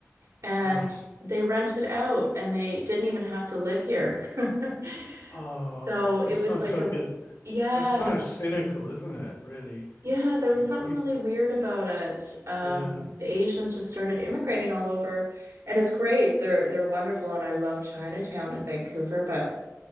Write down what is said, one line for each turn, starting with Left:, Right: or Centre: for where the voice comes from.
Right: and
Left: Oh,
Right: they rent it out and they didn't even have to live here. <laughs>
Left: oh,
Right: So it
Left: that's
Right: was
Left: not
Right: like
Left: so
Right: a,
Left: good.
Right: yeah,
Left: That's kind of cynical, isn't it? Really.
Right: yeah, there was something
Left: Yeah.
Right: really weird about it. Um,
Left: Yeah.
Right: the Asians just started immigrating all over, and it's great. They're they're wonderful, and I love Chinatown in Vancouver, but